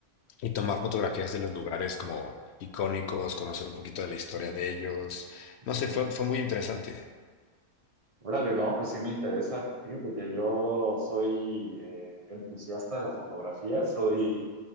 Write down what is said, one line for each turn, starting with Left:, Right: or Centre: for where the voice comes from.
Left: y tomar fotografías de los lugares como icónicos, conocer un poquito de la historia
Right: Ujú.
Left: de ellos.
Right: Pues,
Left: No
Right: ujú.
Left: sé, fue, fue muy interesante.
Right: Órale, no, pues sí me interesa. Fíjate que yo soy eh, entusiasta de la fotografía, soy